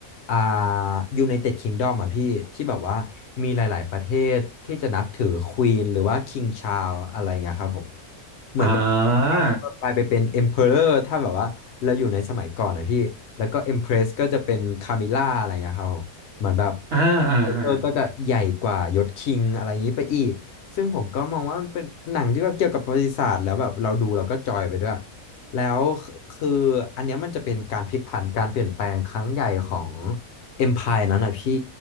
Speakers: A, on the left; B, on the right.
A: อ่า United Kingdom อ่ะพี่ที่แบบว่ามีหลายๆประเทศที่จะนับถือควีนหรือว่าคิงชา r l ลอะไรเงี้ยครับผม เหมือนแบบครับก็กลายไปเป็น
B: อ่า
A: emperor ถ้าแบบว่าเราอยู่ในสมัยก่อนนะพี่แล้วก็ empress ก็จะเป็น camilla อะไรอย่างเงี้ยครับผมเหมือนแบบ
B: อ่าอ่าอ่า
A: emperor ก็จะใหญ่กว่ายศ king อะไรอย่างนี้ไปอีกซึ่งผมก็มองว่ามันเป็นหนังที่แบบเกี่ยวกับประวัติศาสตร์แล้วแบบเราดูเราก็จอยไปด้วยแล้วคืออันเนี้ยมันจะเป็นการพลิกผันการเปลี่ยนแปลงครั้งใหญ่ของ empire นั้นนะพี่